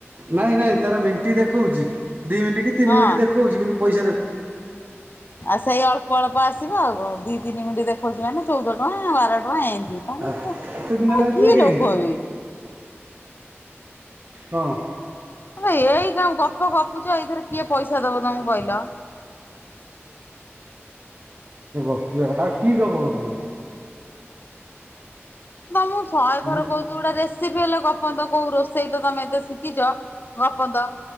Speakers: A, on the right (about 45°); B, on the left (about 50°).
A: ନାଇଁ ନାଇଁ ତାର ମିଣ୍ଟ ଦେଖଉଛି, ଦି ମିନିଟ୍ କି ତିନି
B: ହଁ।
A: ମିନିଟ ଦେଖଉଛି କିନ୍ତୁ ପଇସା ଦେଖ୍
B: ଆଉ ସେଇ ଅଳ୍ପ ଅଳ୍ପ ଆସିବ ଆଉ କ ଦି ତିନି ମିନିଟ ଦେଖଉଛି ମାନେ ଚଉଦ ଟଙ୍କା ବାର ଟଙ୍କା ଏମତି। ତମକୁ
A: ଏତେ
B: ତମେ
A: ଦିନ ହେଲାଣି
B: କି
A: ଚେକ୍ ହେଇନି
B: ଲୋକ ବେ
A: କଣ
B: ଏଇ କା ଗପ ଗପୁଛ ଏଇଥିରେ କିଏ ପଇସା ଦବ ତମକୁ କହିଲ।
A: ଏ ଗପିବା କଥା ଆଉ କି ଗପ ଗପିବ।
B: ମୁଁ ତମକୁ ଶହେ ଥର
A: ହୁଁ।
B: କହୁ କୋଉ ଉଟା ରେସିପି ହେଲେ ଗପନ୍ତ କୋଉ ରୋଷେଇ ତ ତମେ ଏତେ ଶିଖିଛ ଗପନ୍ତ।